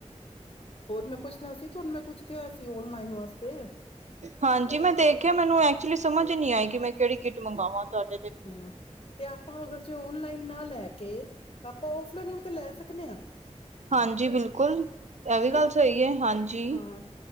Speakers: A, on the left; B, on the right.
A: ਹੋਰ ਮੈਂ ਪੁੱਛਣਾ ਸੀ ਤੁਹਾਨੂੰ ਮੈਂ ਕੁੱਛ ਕਿਹਾ ਸੀ ਓਨਲਾਈਨ ਵਾਸਤੇ
B: ਹਾਂਜੀ ਮੈਂ ਦੇਖਿਆ ਮੈਨੂੰ ਐਕਚੁਲੀ ਸਮਝ ਨੀ ਆਈ ਕਿ ਮੈਂ ਕਿਹੜੀ ਕਿੱਟ ਮੰਗਾਵਾਵਾਂ ਤੁਹਾਡੀ
A: ਹੂ, ਤੇ ਆਪਾਂ ਅਗਰ ਜੇ ਓਨਲਾਈਨ ਨਾ ਲੈ ਕੇ, ਤੇ ਆਪਾਂ ਫਲਾਈਨ ਵੀ ਤਾਂ ਲੈ ਸਕਦੇ ਹਾਂ
B: ਹਾਂਜੀ ਬਿਲਕੁਲ ਇਹ
A: ਹੈਨਾ,
B: ਵੀ ਗੱਲ ਸਹੀ ਹੈ ਹਾਂਜੀ।
A: ਹਾਂ